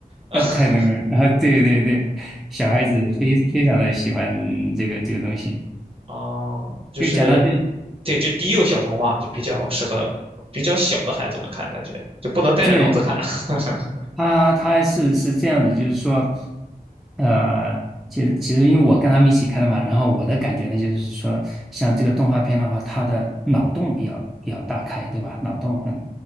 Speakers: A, on the right; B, in the centre.
A: <laughs>
B: 呃，太多了，然后对对对，小孩子非非常的喜欢这个这个东西，
A: 哦，就是，
B: 就讲到就
A: 对，就低幼小动画，就比较适合比较小的孩子们看，感觉就不能带着脑子看。
B: 个。
A: <laughs>
B: 他他是是这样子，就是说，呃，其实其实因为我跟他们一起看的嘛，然后我的感觉呢，就是说，像这个动画片的话，它的脑洞比较比较大开，对吧？脑洞很，